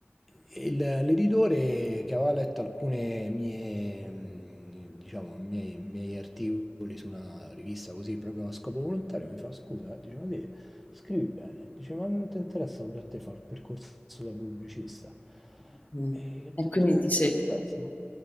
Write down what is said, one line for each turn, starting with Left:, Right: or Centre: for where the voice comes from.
Centre: e il- l'editore che aveva letto alcune mie, mm, diciamo, miei, miei articoli su una rivista così, proprio a scopo volontario, mi fa scusa, eh?" dice, ma te scrivi bene, dice, ma non ti interessa pure a te fare il percorso da pubblicista?
Left: Mh.
Centre: E io ho
Left: E
Centre: detto,
Left: quindi
Centre: "Oh,
Left: ti sei
Centre: beh, sì."